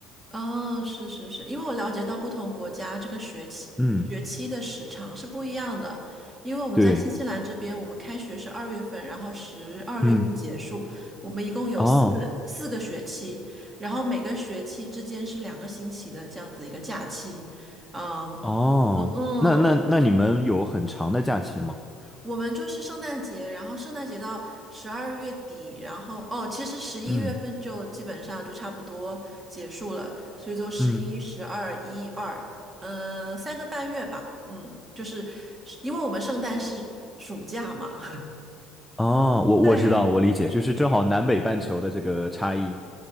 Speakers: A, on the right; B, in the centre.
A: 哦，是是是，因为我了解到不同国家这个学期学期的时长是不一样的，
B: 嗯，
A: 因为我们在新西兰这边，
B: 对，
A: 我们开学是二月份，然后十二月份结束，
B: 嗯，
A: 我们一共有四个四个学期，
B: 哦
A: 然后每个学期之间是两个星期的这样子一个假期，嗯
B: 哦，
A: 嗯，
B: 那那那你们有很长的假期吗？
A: 嗯我们就是圣诞节，然后圣诞节到十二月底，然后哦，其实十一月份就基本上就差不多结束了，
B: 嗯
A: 所以就十一、
B: 嗯，
A: 十二、一二，嗯，三个半月吧，嗯，就是因为我们圣诞是暑假嘛，
B: 哦，我我知道，
A: <laughs> 对，
B: 我理解，就是正好南北半球的这个差异。